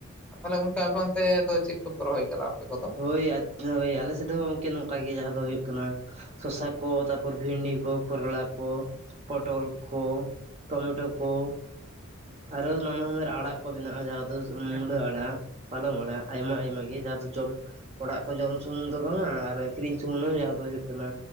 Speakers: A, in the centre; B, on the right.
A: ᱛᱟᱦᱚᱞᱮ ᱜᱚᱝᱠᱮ ᱟᱯᱮ ᱚᱱᱛᱮ ᱫᱚ ᱪᱮᱫ ᱠᱚᱯᱮ ᱨᱚᱦᱚᱭ ᱠᱟᱫᱟ ᱟᱯᱮ ᱠᱚᱫᱚ
B: ᱦᱳᱭ <unintelligible> ᱦᱳᱭ ᱟᱞᱮᱥᱮᱫ ᱫᱚ ᱜᱚᱝᱠᱮ ᱱᱚᱝᱠᱟ ᱜᱮ ᱡᱟᱦᱟᱸ ᱫᱚ ᱦᱩᱭᱩᱜ ᱠᱟᱱᱟ ᱥᱚᱥᱟ ᱠᱚ, ᱛᱟᱨᱯᱚᱨ ᱵᱷᱤᱱᱰᱤ ᱠᱚ, ᱠᱚᱨᱞᱟ ᱠᱚ᱾ ᱯᱚᱴᱚᱞ ᱠᱚ ᱴᱚᱢᱮᱴᱳ ᱠᱚ ᱟᱨ ᱦᱚᱸ ᱱᱟᱱᱟᱦᱩᱱᱟᱹᱨ ᱟᱲᱟᱜ ᱠᱚ ᱢᱮᱱᱟᱜᱼᱟ ᱡᱟᱦᱟᱸ ᱫᱚ
A: ᱦᱮᱸ
B: ᱢᱩᱞᱟᱹ ᱟᱲᱟᱜ, ᱯᱟᱞᱚᱝ ᱟᱲᱟᱜ, ᱟᱭᱢᱟ ᱟᱭᱢᱟ ᱜᱮ ᱡᱟᱦᱟᱸ ᱫᱚ ᱡᱚᱢ ᱚᱲᱟᱜ ᱠᱚ ᱡᱚᱢ ᱥᱩᱢᱩᱝ ᱫᱚ ᱵᱟᱝᱼᱟ ᱟᱨ ᱟᱠᱷᱨᱤᱧ ᱥᱩᱢᱩᱝ ᱦᱚᱸ ᱡᱟᱦᱟᱸ ᱫᱚ ᱦᱩᱭᱩᱜ ᱠᱟᱱᱟ